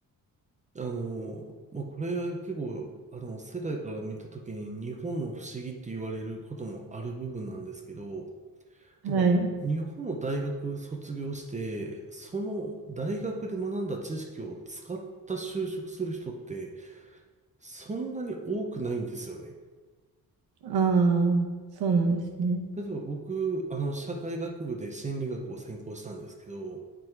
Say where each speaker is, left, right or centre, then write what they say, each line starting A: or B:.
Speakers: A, on the right; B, on the right.
A: あのーまあ、これは結構、あの、世界から見たときに日本の不思議って言われることもある部分なんですけど、
B: はい。
A: なんか日本の大学卒業して、その大学で学んだ知識を使った就職する人ってそんなに多くないんですよね。
B: ああ、そうなんですね。
A: 例えば僕、あの、社会学部で心理学を専攻したんですけど、